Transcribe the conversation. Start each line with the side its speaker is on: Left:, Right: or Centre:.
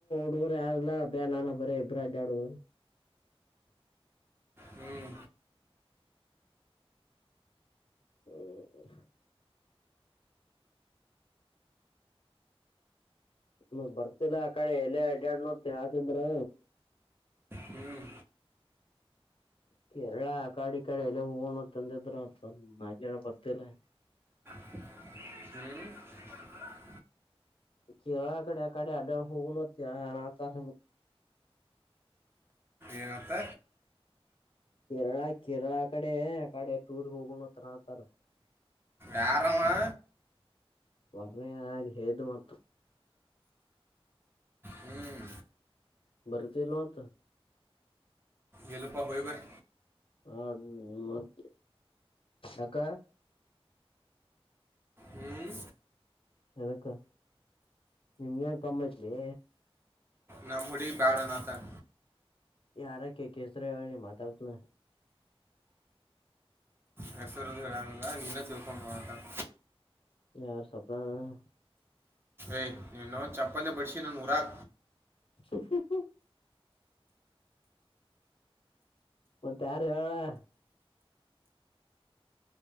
Left: ಡರು ಯಾರಲ್ಲಬ್ಯಾ ನಾವಿಬ್ಬರ ಇಬ್ಬ್ರ ಅಡ್ಡ್ಯಾಡು
Right: ಹ್ಮ್
Left: ಹ್ಮ್ ಮ ಬರ್ತಿಲ್ಲಾ ಆ ಕಡೆ ಎಲೆ ಅಡ್ಯಾಡ್ ನೋ ಹಾತಿದ್ರ
Right: ಹ್ಮ್
Left: ಕೇರಳ ಕಾಡೆ ಕಾಡೆ ಎಲ್ಲ ಹೋಗೋಣಂದಿದ್ರ ಬರ್ತಿಲ್ಲ ಹಾ
Right: ಹ್ಮ್
Left: ಕೇರಳ ಕಡೆ ಅ ಕಾಡೆ ಅಡ್ಡ ಹೋಗ ನತ್ತ ಅನಾಕತಾರ
Right: ಏನತ್ತ
Left: ಕೇರಳ ಕೇರಳ ಕಡೆ ಆಕಡೆ ಟೂರಗ ಹೋಗಣತ್ರ ನತಾರ
Right: ಯಾರಾವಾ
Left: ವರ್ಣ ಆನ್ ಹೇಟ್ಮತ್ರ
Right: ಹ್ಮ್
Left: ಬರತಿಲ್ಲಂತ
Right: ಇಲ್ಲಪ್ಪ ಹೋಗಿ ಬರಿ
Left: ಹಾ ಮತ್ ಏಕ್ಕ
Right: ಹ್ಮ್
Left: ಎದಕ್ಕ ನಿಮ್ಗೆನ್ ಕಮ್ಮಐತ್ಲೇ
Right: ನಮ್ಮ ಹುಡುಗಿ ಬ್ಯಾಡ ಅನ್ನಾಕತಾಳ
Left: ಯಾರಕ್ಕಿ ಅಕ್ಕಿ ಹೆಸರು ಹೇಳ ಮಾತಾಡ್ತಾ ನಾ
Right: ಹೆಸರು ಹೇಳಂಗಿಲ್ಲ ನಿನ್ನ ತಿಳ್ಕೊಮ್ಬಿಡು ಅಟ್ಟ
Left: <unintelligible>
Right: ಏಯ್ ಇನ್ನೊ ಒ ಚಪ್ಪಲ್ ಬಿಡಿಸಿ ನನ್ ಊರಾಗ
Left: <unintelligible> ಮತ್ತು ಯಾರ ಹೇಳಾ